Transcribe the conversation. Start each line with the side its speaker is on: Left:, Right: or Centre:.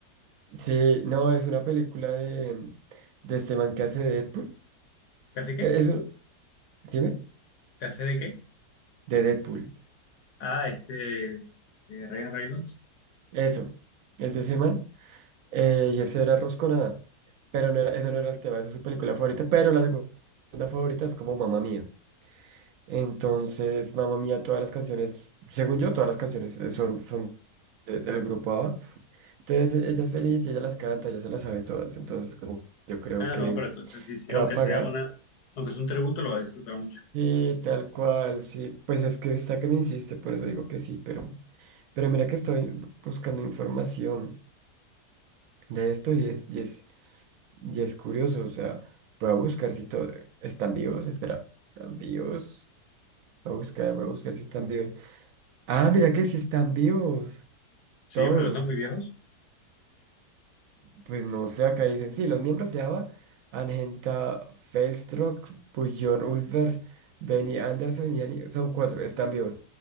Right: sí, no, es una película de, de este man que hace de Deadpool.
Left: ¿Qué hace qué?
Right: Eh, Es un- dime,
Left: ¿Qué hace de qué?
Right: de Deadpool.
Left: Ah, este. eh, Ryan Reynolds.
Right: Eso, es de ese man. eh, y ese era Rosconada. Pero no era, ese no era el tema, esa es su película favorita, pero la segunda favorita es como Mamá Mía. Entonces, Mamma Mía, todas las canciones, según yo, todas las canciones eh, son, son de- del grupo ABBA. Entonces, e- ella es feliz y ella las canta, ella se las sabe todas. Entonces, como yo creo
Left: Ah,
Right: que,
Left: no, pero entonces sí, sí.
Right: que
Left: Aunque
Right: va a pagar.
Left: sea una. Aunque es un tributo, lo va a disfrutar mucho.
Right: Y tal cual, sí, pues es que está que me insiste, por eso digo que sí, pero, pero mira que estoy buscando información de esto y es, y es, y es curioso, o sea, voy a buscar si todo, están vivos, espera, están vivos, voy a buscar, voy a buscar si están vivos. Ah, mira que sí están vivos.
Left: Sí,
Right: Todos.
Left: pero no son muy viejos.
Right: Pues no sé, acá dicen, sí, los miembros de ABBA, Argenta Felstrock, Björn Ulvaeus, Benny Andersson y Annie, son cuatro, están vivos.